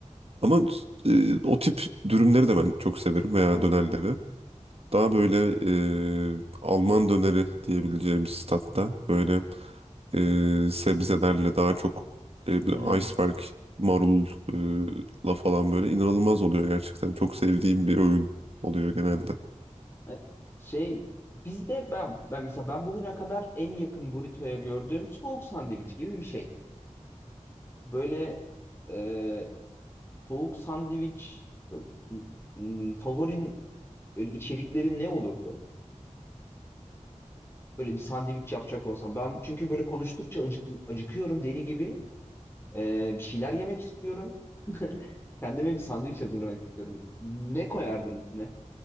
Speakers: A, on the right; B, on the left.
A: Ama eee, o tip dürümleri de ben çok severim veya dönerleri. Daha böyle e, Alman döneri diyebileceğimiz tatta böyle e, sebzelerle daha çok e, böyle
B: Hı hı.
A: iceberg marulla falan böyle inanılmaz oluyor gerçekten. Çok sevdiğim bir öğün oluyor genelde.
B: E, Şey bizde ben ben mesela ben bugüne kadar en yakın burrito'ya gördüğüm soğuk sandviç gibi bir şey. Böyle e, soğuk sandviç böyle, m- m- favorin böyle içerikleri ne olurdu? Böyle bir sandviç yapacak olsam ben çünkü böyle konuştukça acık, acıkıyorum deli gibi. Ee, bir şeyler yemek istiyorum. <laughs> Kendime bir sandviç hazırlamak istiyorum. Ne koyardın içine?